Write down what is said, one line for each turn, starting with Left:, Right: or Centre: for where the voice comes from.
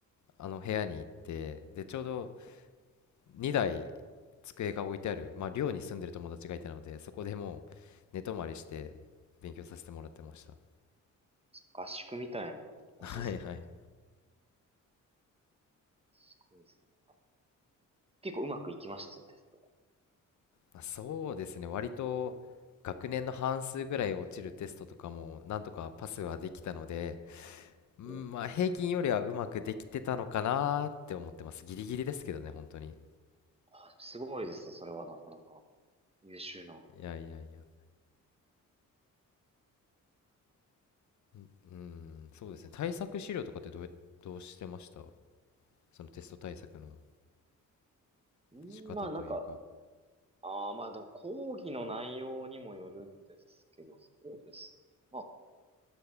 Left: あの部屋に行って、で、ちょうど2台机が置いてある、まあ、寮に住んでる友達がいたので、そこでもう寝泊まりして勉強させてもらってました。
Right: 合宿みたいな感じですね、
Left: <laughs> はいはいはい。
Right: 本当に。すごいですね。なんか結構うまくいきました、そのテスト。
Left: まあ、そうですね、割と学年の半数ぐらい落ちるテストとかもなんとかパスはできたので、うん、
Right: お
Left: まあ平均よりはうまくできてたのかなーって思ってます。ギリギリですけどね、本当に。
Right: あすごいですね。それはなかなか優秀な。
Left: いやいやいや。うん、うんそうですね。対策資料とかってどうや、どうしてましたそのテスト対策の
Right: うんまあなんか、
Left: 仕方というか。
Right: ああまあでも講義の内容にもよるんですけど、そうですね。まあ、